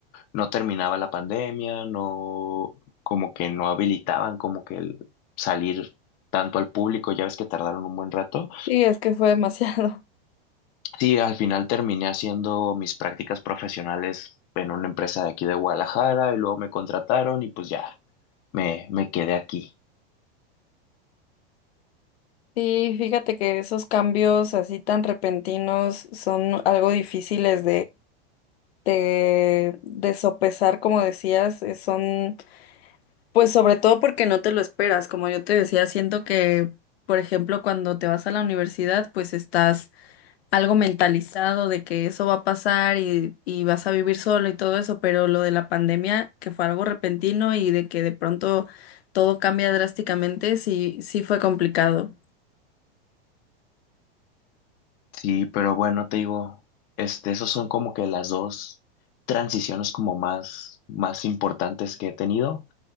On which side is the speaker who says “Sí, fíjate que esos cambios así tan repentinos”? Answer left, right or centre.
Left